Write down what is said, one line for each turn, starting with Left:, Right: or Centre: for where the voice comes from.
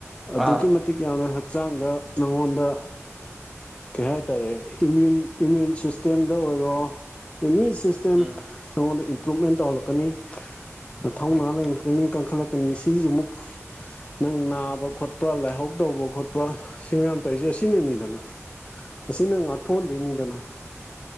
Left: ꯑꯗꯨꯒꯤ
Centre: ꯑꯥ
Left: ꯃꯇ ꯃꯇꯤꯛ ꯌꯥꯝꯅ ꯍꯛꯆꯥꯡꯗ ꯅꯉꯣꯟꯗ ꯀꯩ ꯍꯥꯏꯇꯥꯔꯦ ꯏꯃ꯭ꯌꯨꯟ ꯏꯃ꯭ꯌꯨꯟ ꯁꯤꯁꯇꯦꯝꯗ ꯑꯣꯏꯔꯣ ꯑꯦꯅꯤ ꯁꯤꯁꯇꯦꯝ
Centre: ꯎꯝ
Left: ꯅꯉꯣꯟꯗ ꯏꯝꯄ꯭ꯔꯨꯚꯃꯦꯟ ꯇꯧꯍꯜꯂꯛꯄ ꯅꯤꯊꯧꯅꯥ
Centre: ꯎꯝ
Left: ꯂꯩꯛꯀꯅꯤ ꯀꯟꯈꯠꯂꯛꯀꯅꯤ ꯁꯤꯁꯤ ꯑꯃꯨꯛ ꯅꯪ ꯅꯥꯕ ꯈꯣꯠꯄ ꯂꯥꯏꯍꯧ ꯇꯧꯕ ꯈꯣꯠꯄ ꯁꯤ ꯃꯌꯥꯝ ꯇꯧꯁꯦ ꯑꯁꯤꯅꯅꯤꯗꯅ ꯑꯁꯤꯅ ꯉꯥꯛꯊꯣꯛꯍꯟꯗꯣꯏꯅꯤꯗꯅ